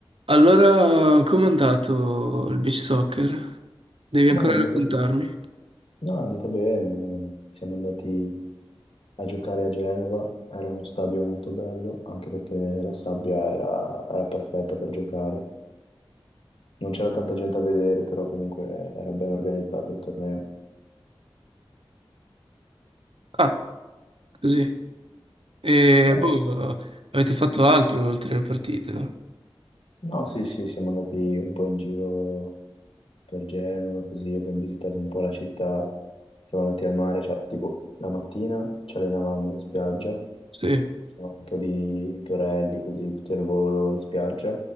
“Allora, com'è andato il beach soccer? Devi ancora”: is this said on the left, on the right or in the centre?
Right